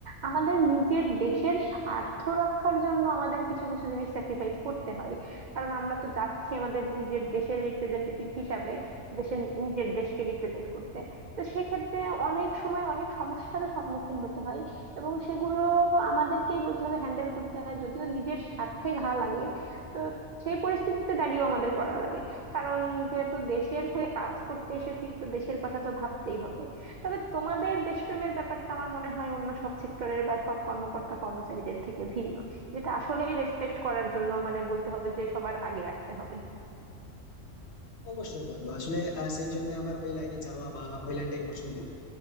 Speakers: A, on the right; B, on the left.
A: আমাদের নিজের দেশের স্বার্থ রক্ষার জন্য আমাদের কিছু কিছু জিনিস স্যাক্রিফাইস করতে হয় কারণ আমরা তো যাচ্ছি আমাদের নিজের দেশের রিপ্রেজেন্টেটিভ হিসাবে দেশের নিজের দেশকে রিপ্রেজেন্ট করতে তো সেক্ষেত্রে অনেক সময় অনেক সমস্যারও সম্মুখীন হতে হয় এবং সেগুলো আমাদেরকেই বলতে হবে হ্যান্ডেল করতে হয় যদিও নিজের স্বার্থে ঘা লাগে তো সেই পরিস্থিতিতে দাঁড়িয়েও আমাদের করা লাগে কারণ যেহেতু দেশের হয়ে কাজ করতে এসেছি তো দেশের কথা তো ভাবতেই হবে তবে তোমাদের দেশপ্রেমের ব্যাপারটা আমার মনে হয় অন্য সব সেক্টরের বা সব কর্মকর্তা কর্মচারীদের থেকে ভিন্ন যেটা আসলেই রেসপেক্ট করার জন্য মানে বলতে হবে যে সবার আগে রাখতে হবে
B: অবশ্যই বন্ধু আসলে আহ, সেই জন্য আমার ওই লাইনে যাওয়া বা ওই লাইনটাই পছন্দ